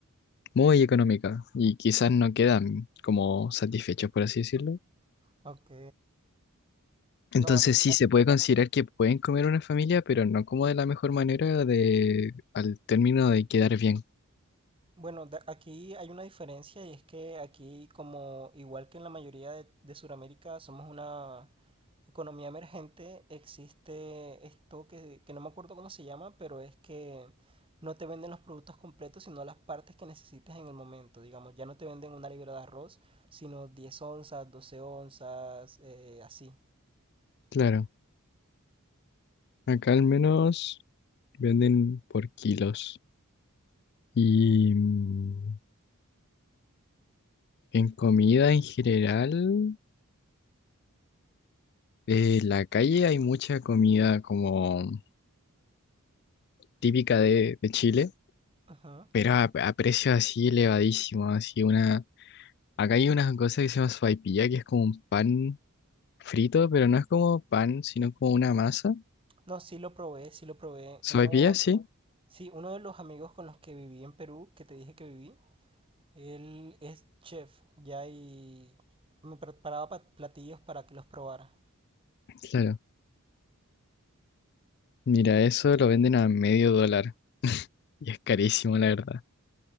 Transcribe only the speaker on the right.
Ok.
No, aquí,
Bueno, da- aquí hay una diferencia y es que aquí, como igual que en la mayoría de, de Sudamérica, somos una economía emergente, existe esto que, que no me acuerdo cómo se llama, pero es que no te venden los productos completos, sino las partes que necesitas en el momento. Digamos, ya no te venden una libra de arroz, sino 10 onzas, 12 onzas, eh, así.
Ajá.
No, sí lo probé, sí lo probé.
Uno,
sí, uno de los amigos con los que viví en Perú, que te dije que viví, Él es chef ya y me preparaba pa- platillos para que los probara.